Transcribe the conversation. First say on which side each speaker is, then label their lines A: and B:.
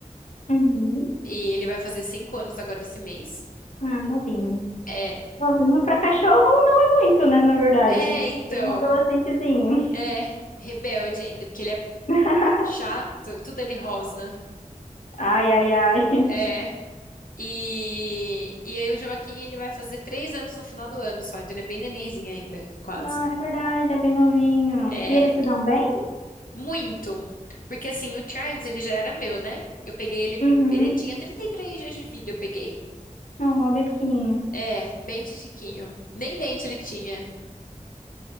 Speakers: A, on the left; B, on the left.
A: Uhum.
B: E ele vai fazer 5 anos agora esse mês.
A: Ah, novinho.
B: É.
A: Novinho pra cachorro não é muito, né, na verdade.
B: É, então.
A: É Um adolescentezinho.
B: É. Rebelde ainda, porque ele é
A: <laughs>
B: chato. Tudo ele rosna.
A: Ai, ai, ai.
B: É. E, e aí o Joaquim, ele vai fazer três anos no final do ano só. Então ele é bem nenenzinho ainda, quase.
A: Não, é verdade, ele é bem novinho.
B: É,
A: E eles se dão bem?
B: Muito. Porque assim, o Charles, ele já era meu, né? Eu peguei ele,
A: Uhum.
B: ele tinha 33 dias de vida, eu peguei.
A: Não, é bem pequenininho.
B: É, bem titiquinho. Nem dente ele tinha.